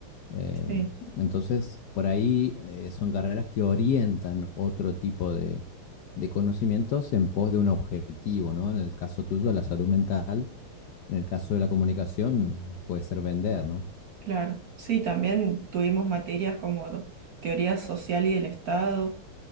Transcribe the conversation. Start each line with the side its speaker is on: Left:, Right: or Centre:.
Left: Eh,
Right: sí.
Left: entonces, por ahí eh, son carreras que orientan otro tipo de, de conocimientos en pos de un objetivo, ¿no? En el caso tuyo, la salud mental en el caso de la comunicación, puede ser vender, ¿no?
Right: Claro, sí, también tuvimos materias como do- teoría social y del Estado,